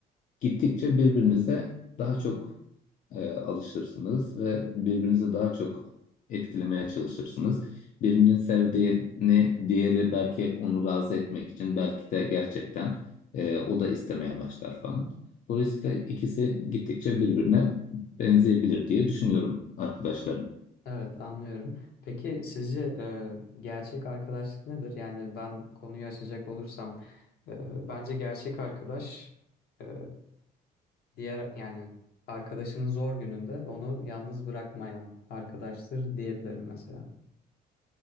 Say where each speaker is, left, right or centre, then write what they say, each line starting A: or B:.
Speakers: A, on the left; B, on the left.
A: gittikçe birbirinize daha çok e, alışırsınız ve birbirinizi daha çok etkilemeye çalışırsınız. Birinin sevdiğini diğeri belki onu razı etmek için belki de gerçekten e, o da istemeye başlar falan. Dolayısıyla ikisi gittikçe birbirine benzeyebilir diye düşünüyorum arkadaşlarım.
B: Evet anlıyorum. Peki sizce e, gerçek arkadaşlık nedir? Yani ben konuyu açacak olursam e, bence gerçek arkadaş e, diğer yani arkadaşının zor gününde onu yalnız bırakmayan arkadaştır diyebilirim mesela.